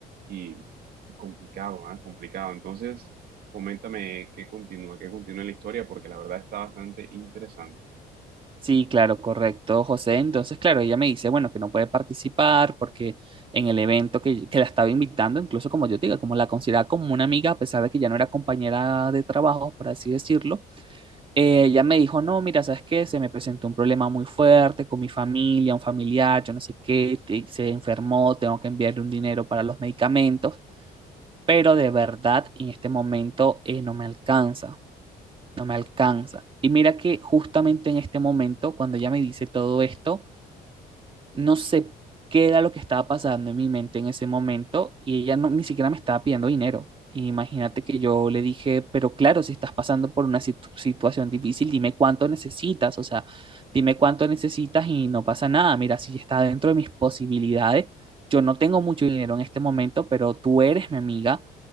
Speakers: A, on the right; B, on the right.
A: Y, y complicado, ¿ah? Complicado. Entonces, coméntame qué continúa, qué continúa la historia, porque la verdad está bastante interesante.
B: Sí, claro, correcto, José. Entonces, claro, ella me dice, bueno, que no puede participar porque en el evento que, que la estaba invitando, incluso como yo te digo, como la consideraba como una amiga, a pesar de que ya no era compañera de trabajo, por así decirlo, Eh, ella me dijo, no, mira, ¿sabes qué? Se me presentó un problema muy fuerte con mi familia, un familiar, yo no sé qué, te- se enfermó, tengo que enviarle un dinero para los medicamentos, pero de verdad en este momento eh, no me alcanza, no me alcanza. Y mira que justamente en este momento, cuando ella me dice todo esto, no sé qué era lo que estaba pasando en mi mente en ese momento y ella no, ni siquiera me estaba pidiendo dinero. Imagínate que yo le dije, pero claro, si estás pasando por una situ- situación difícil, dime cuánto necesitas, o sea, dime cuánto necesitas y no pasa nada. Mira, si está dentro de mis posibilidades, yo no tengo mucho dinero en este momento, pero tú eres mi amiga